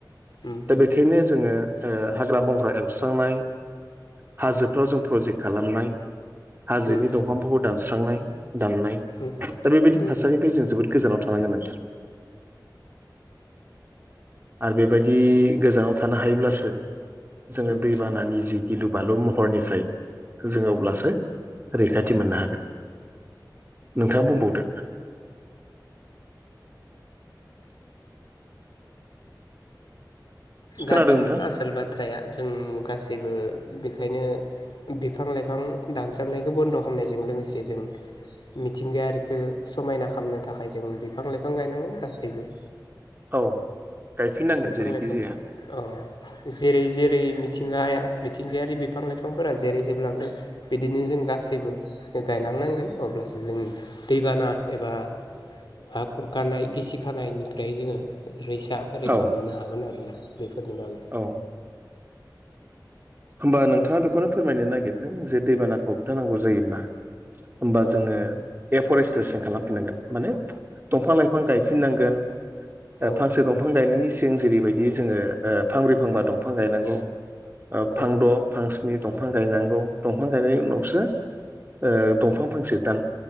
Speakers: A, on the left; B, on the right.
A: उम
B: दा बे। बेखायनो जोङो ओ हाग्रा-बंग्रा एवस्रांनाय हाजो। फ्राव जों प्रजेक्ट खालामनाय हाजोनि
A: उम
B: दंफांफोरखौ दानस्रांनाय, दाननाय।
A: उम
B: दा बेबायदि
A: उम
B: थासारिनिफ्राय जों जोबोद गोजानाव थानांगोन नोंथां। आरो बेबायदि गोजानाव। थानो हायोब्लासो जोङो
A: उम
B: दैबानानि जि गिलु-बालु महरनिफ्राय जोङो अब्ला। सो रैखाथि मोननो हागोन नोंथाङा
A: औ
B: बुंबावदो। खोनादों
A: दा बेनो
B: नोंथां
A: आसोल बाथ्राया जों गासैबो बेखायनो। बिफां-लाइफां दानस्रांनायखौ बन्द' खामनायजों लोगोसे जों। मिथिंगायारिखो समायना खालामनो थाखाय जों बिफां-लाइफां गायनांगोन गासैबो।
B: औ गायफिननांगोन
A: बिफां
B: जेरैखि
A: लाइफां
B: जाया।
A: अ जेरै- जेरै। मिथिंगाया-मिथिंगायारि बिफां-लाइफांफोरा जेरै जोबलांदों बिदिनो जों गासैबो। गायलांनांगोन अब्लासो जों दैबाना एबा। ह खुरखानाय गिसि खानायनिफ्राय जोङो रैसा। रैखा
B: औ
A: मोननो हागोन आरो ना बेफोरनि बागै।
B: औ होमबा नोंथाङा बेखौनो फोरमायनो नागिरदों जे दैबानाखौ होबथानांगौ जायोब्ला। होमबा
A: औ
B: जोङो एफरेस्ट्रेसन खालामफिननांगोन माने। दंफां-लाइफां गायफिननांगोन। दा
A: औ
B: फांसे दंफां गायनायनि सिगां जेरैबायदि जोङो ओ फांब्रै, फांबा दंफां गायनांगौ। ओ
A: औ
B: फांद' फांस्नि दंफां गायनांगौ दंफां गायनायनि उनावसो ओ। दंफां फांसे दान